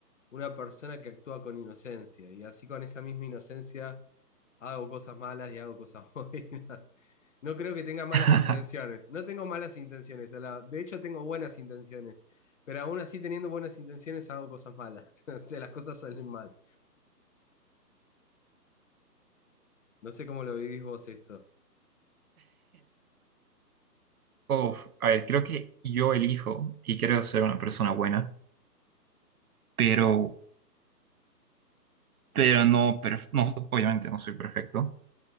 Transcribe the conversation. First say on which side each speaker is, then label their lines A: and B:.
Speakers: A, on the left (about 50°); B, on the right (about 60°).
A: una persona que actúa con inocencia y así con esa misma inocencia hago cosas malas y hago cosas <laughs> buenas. No creo que tenga malas
B: <laughs>
A: intenciones, no tengo malas intenciones, a la- de hecho tengo buenas intenciones, pero aún así teniendo buenas intenciones hago cosas malas, <laughs> o sea, las cosas salen mal. No sé cómo lo vivís vos esto.
B: Uf, a ver, creo que yo elijo y creo ser una persona buena, pero, pero no, perf- no, obviamente no soy perfecto.